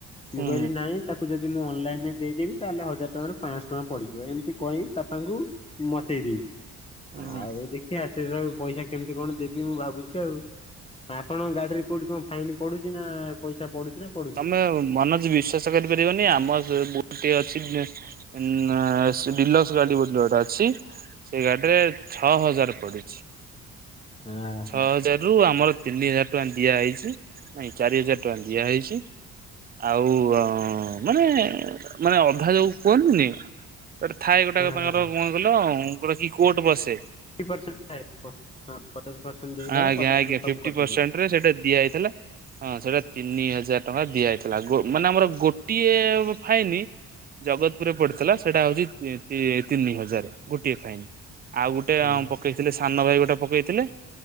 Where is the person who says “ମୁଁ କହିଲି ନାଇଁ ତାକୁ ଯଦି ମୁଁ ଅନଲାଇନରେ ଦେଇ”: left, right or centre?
Left